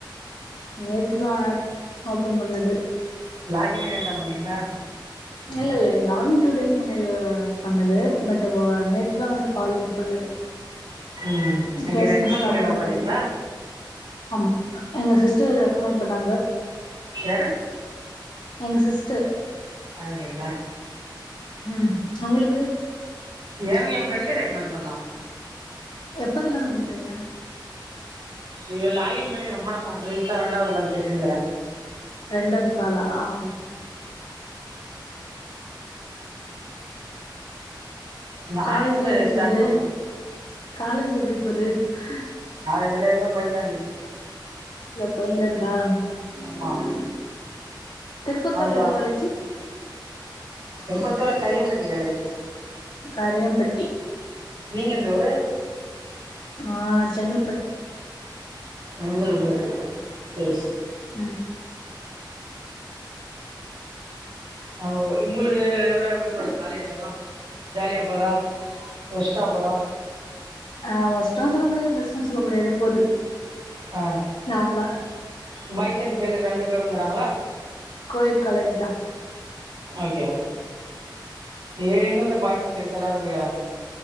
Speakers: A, on the left; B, on the right.
A: நேத்துதா ஆப் ஓபன் பண்ணது
B: லாகினே தா பண்ணீங்கங்களா
A: இல்ல இல்ல லாகின் டூடேஸ் முன்னடி பண்ணது பட் நேத்துதா வந்து கால் இது பண்ணது
B: ம் ஓகே
A: பேசன
B: ரெக்கமெண்ட்
A: ஸ்டாட்
B: மூலியமா
A: பண்ணது
B: பண்ணீங்களா
A: ஆமா எங்க சிஸ்டர் ரெக்கமெண்ட் சொன்னாங்க
B: யாரு
A: எங்க சிஸ்டர்
B: அப்டிங்ளா
A: உம் ஒங்களுக்கு
B: எனக்கு எ ஃப்ரண்டு ரெக்கமெண்ட் பண்ணா
A: எப்பதுல இருந்து பண்றீங்க
B: இது லாகின் பண்ணி ரொம்ப நாள் ஆகுது இதா இரண்டாவது கால் பேசுங்கிறே
A: இரண்டாவது காலா ஆஹ்
B: நானு
A: காலேஜ்லாம்
B: இப்பதா
A: எப்படி
B: ஸ்டார்ட்
A: போகுது
B: பண்ணே
A: காலேஜ் எப்படி போகுது ம்ம்
B: காலேஜ் எல்லாம் எதோ போய்டு தான் இருக்குது
A: இதோ போய்ந்து தான் இருக்கு ஆஹ்
B: ஆமாம்
A: திருப்பத்தூர்ல
B: அதுதான்
A: எந்த காலேஜ்
B: இப்போதிக்கு கரியம் பட்டி காலேஜ்
A: கரியம் பட்டி
B: நீங்க எந்த ஊரு
A: நான் செங்கல்பட்டு பட்
B: உங்களுக்கு சரி
A: உம்
B: ஆமா உங்களுக்கு எவ்வளவு எப்படி போது காலேஜ்ல எல்லாம் ஜாலியா போதா ஒஷ்டா போதா
A: ஆஹ ஒஷ்டும்னு சொல்ல முடியாது பெஸ்ட் பெஸ்ட் சொல்ல முடியாது போது
B: ஆ
A: நார்மலா
B: பாய்ஸ் அன்டு கேல் ரெண்டு பேரும் பேறாங்களா
A: கோயடு காலேஜ் தான்
B: ஓகே ஏ எங்களது பாய்ஸ் அண்டு கேர்ள்ஸ் எல்லாமே படிக்கிறாங்க